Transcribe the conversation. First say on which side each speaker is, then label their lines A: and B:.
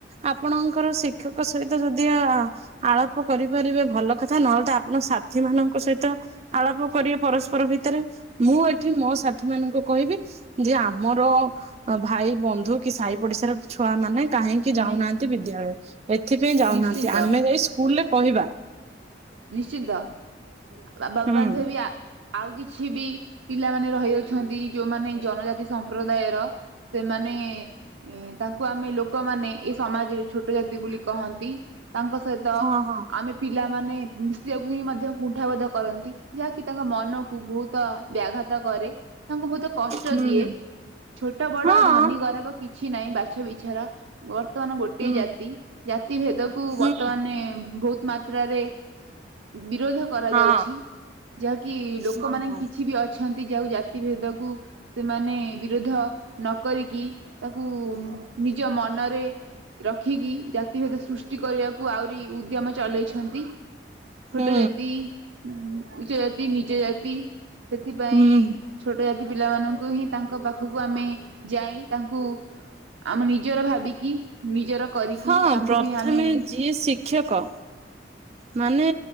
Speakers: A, on the right; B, on the right.
A: ଆପଣଙ୍କର ଶିକ୍ଷକ ସହିତ ଯଦି ଆ ଆଳପ କରିପାରିବେ ଭଲ କଥା, ନହେଲେ ତ ଆପଣ ସାଥି ମାନ ଙ୍କ ସହିତ ଆଳାପ କରିବେ ପରସ୍ପର ଭିତରେ, ମୁଁ ଏଠି ମୋ ସାଥି ମାନଙ୍କୁ କହିବି। ଯେ ଆମର ଭାଇ ବନ୍ଧୁ କି ସାହି ପଡିଶାର ଛୁଆ ମାନେ କାହିଁକି
B: ମାନେ
A: ଯାଉନାହାନ୍ତି ବିଦ୍ୟାଳୟ, ଏଥିପାଇଁ ଯାଉନାହାନ୍ତି
B: ନିଶ୍ଚିନ୍ତ
A: ଆମେ ଯାଇ ସ୍କୁଲରେ କହିବା।
B: ନିଶ୍ଚିନ୍ତ ବାବା
A: ହୁଁ
B: ବାନ୍ଧ ବି ଆ ଆଉ କିଛି ବି ପିଲାମାନେ ରହିଯାଉଛନ୍ତି ଯୋଉମାନେ ଜନଜାତି ସମ୍ପ୍ରଦାୟର। ସେମାନେ ଏ ତାଙ୍କୁ ଆମେ ଲୋକମାନେ ଏ ସମାଜରେ ଛୋଟ ଜାତି ବୋଲି କହନ୍ତି। ତାଙ୍କ ସହିତ
A: ହଁ ହଁ
B: ଆମେ ପିଲାମାନେ ମିଶିବାକୁ ହିଁ ମଧ୍ୟ କୁଣ୍ଠାବୋଧ କରନ୍ତି, ଯାହାକି ତାଙ୍କ ମନକୁ ବହୁତ୍ ବ୍ୟାଘାତ କରେ। ତାଙ୍କୁ ବହୁତ୍ କଷ୍ଟ
A: ହୁଁ
B: ଦିଏ, ଛୋଟ ବଡ
A: ହୁଁ ହଁ
B: ଧନୀ ଗରବ କିଛି ନାହିଁ ବାଛ ବିଛାର। ବର୍ତ୍ତମାନ ଗୋଟିଏ
A: ହୁଁ
B: ଜାତି ଜାତି ଭେଦକୁ
A: ହୁଁ
B: ବର୍ତ୍ତମାନେ ଭୋଉତ୍ ମାତ୍ରାରେ ବିରୋଧ କରାଯାଉଛି,
A: ହଁ
B: ଯାହାକି ଲୋକମାନେ
A: ହଁ ହଁ
B: କିଛି ବି ଅ ଛନ୍ତି ଯାହାକୁ ଜାତି ଭେଦକୁ ସେମାନେ ବିରୋଧ ନ କରିକି ତାକୁ ନିଜ ମନରେ ରଖିକି ଯା ଜାତି ଭେଦ ସୃଷ୍ଟି କରିବାକୁ ଆହୁରି ଉଦ୍ୟମ ଚଲେଇଛନ୍ତି। ଛୋଟ
A: ହୁଁ
B: ଜାତି, ଉଚ୍ଚ ଜାତି ନିଚ ଜାତି। ସେଥିପାଇଁ,
A: ହୁଁ
B: ଛୋଟ ଯା ତି ପିଲାମାନଙ୍କୁ ହିଁ ତାଙ୍କ ପାଖକୁ ଆମେ ଯାଇ ତାଙ୍କୁ ଆମ ନିଜର ଭାବିକି ନିଜର କରିକି
A: ହଁ
B: ତାଙ୍କୁ
A: ପ୍ରଥମେ
B: ବି ଆମେ
A: ଯିଏ ଶିକ୍ଷକ ମାନେ